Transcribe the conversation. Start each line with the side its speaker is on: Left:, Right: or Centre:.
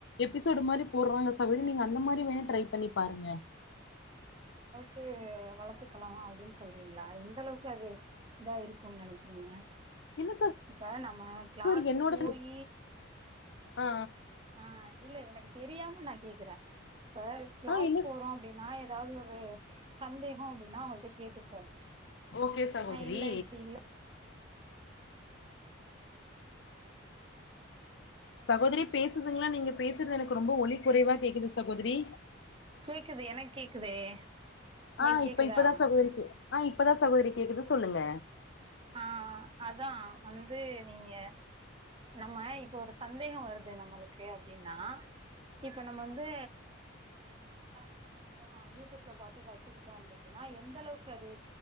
Left: எபிசோடு மாரி போட்றாங்க சகோதரி நீங்க அந்த மாரி வேணா ட்ரை பண்ணிப் பாருங்க
Right: இது வளத்துக்கலாம் அப்டின்னு சொல்றீங்களா இந்தளவுக்கு அது இதா இருக்கும்னு நெனைக்கிறீங்க
Left: இல்ல
Right: இப்ப நம்ம
Left: சகோதரி
Right: கிளாஸ்
Left: என்னோட
Right: போயி
Left: ஆ
Right: ஆ இல்ல எனக்கு தெரியாம நா கேக்குறே இப்ப கிளாஸ்
Left: ஆ இல்ல
Right: போறோ அப்டின்னா ஏதாவது ஒரு சந்தேகோ அப்டின்னா அவுங்ககிட்ட கேட்டுப்போ
Left: ஓகே சகோதரி
Right: ஆ இல்ல இப்டி இல்ல
Left: சகோதரி பேசுதுங்களா நீங்க பேசுறது எனக்கு ரொம்ப ஒலி குறைவா கேக்குது சகோதரி
Right: கேக்குது எனக்கு கேக்குதே உங்களுக்கு
Left: ஆ இப்ப
Right: கேக்குதா
Left: இப்ப தா சகோதரி கே ஆ இப்பதா சகோதரி கேக்குது சொல்லுங்க
Right: ஆ அதா வந்து நீங்க நம்ம இப்ப ஒரு சந்தேகம் வருது நம்மளுக்கு அப்டின்னா இப்ப நம்ம வந்து கத்துக்கிட்டோ யூடியூப்ல பாத்து கத்துக்கிட்டோ அப்டின்னா எந்த அளவுக்கு அது